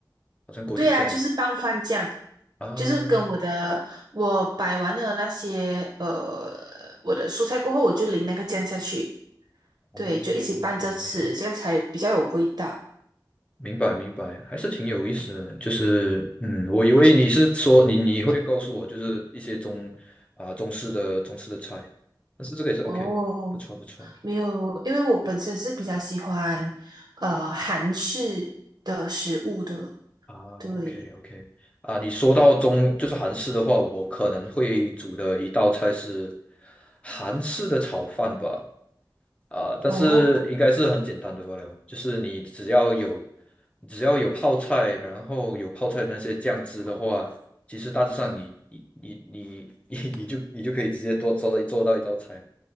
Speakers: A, on the left; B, on the right.
A: 好像锅就酱
B: 对啊，就是拌饭酱，
A: 啊？
B: 就是跟我的我摆完了那些呃我的蔬菜过后，我就淋那个酱下去，
A: 啊，
B: 对，就一起拌着吃，
A: 明白明白。
B: 这样才比较有味道。
A: 明白明白，还是挺有意思的。就是嗯，我以为你是说你你会告诉我，就是一些中啊、中式的中式的菜，但是这个也是 OK，
B: 哦，
A: 不错不错
B: 没有，因为我本身是比较喜欢呃韩式的食物的，
A: 啊，OK
B: 对，
A: OK 啊，你说到中就是韩式的话，我可能会煮的一道菜是韩式的炒饭吧。啊、但是应该是很简单的罢了，
B: 哦，
A: 就是你只要有，你只要有泡菜，然后有泡菜的那些酱汁的话，其实大致上你你你你 <laughs> 你你就你就可以直接多做做到一道菜，